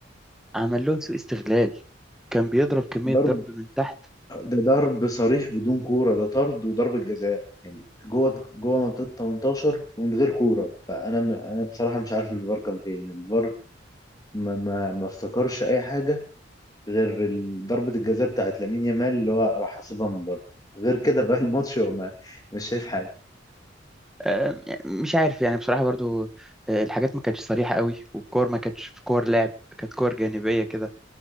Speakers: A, in the centre; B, on the left.
A: عمل لهم سوء استغلال كان بيضرب كمية
B: ضرب
A: ضرب من تحت
B: ده ضرب صريح بدون كورة ده طرد وضربة جزاء يعني جوه جوه منطقة 18 ومن غير كورة فأنا م... أنا بصراحة مش عارف الفار كان فين الفار ما ما, ما افتكرش أي حاجة غير ال- ضربة الجزاء بتاعت لامين يامال اللي هو راح حاسبها من بره غير كده بقى الماتش هو ما مش شايف حاجة
A: آه، مش عارف يعني بصراحة برضو آه، الحاجات ما كانتش صريحة قوي والكور ما كانتش في كور لعب كانت كور جانبية كده